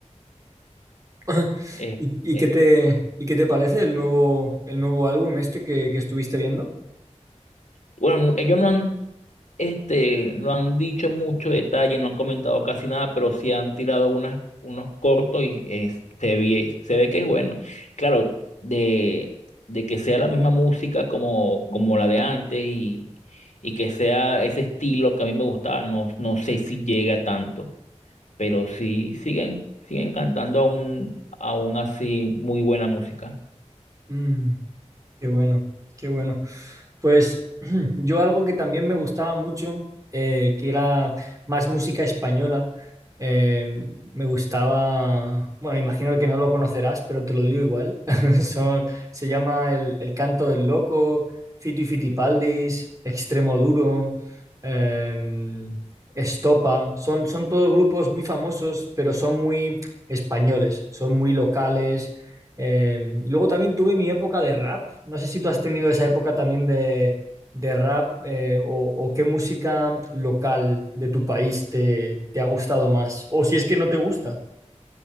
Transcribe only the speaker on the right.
<laughs>
¿Y, y
qué te, y qué te parece el nuevo, el nuevo álbum este que, que estuviste viendo?
Mm. Qué bueno, qué bueno. Pues <clears throat> yo algo que también me gustaba mucho, eh, que era más música española, eh, me gustaba, bueno, imagino que no lo conocerás, pero te lo digo igual, <laughs> Son- se llama el, el Canto del Loco, Fito y Fitipaldis, Extremo Duro, eh, Estopa, son, son todos grupos muy famosos, pero son muy españoles, son muy locales eh, y luego también tuve mi época de rap. No sé si tú has tenido esa época también de, de rap eh, o, o qué música local de tu país te, te ha gustado más. O si es que no te gusta.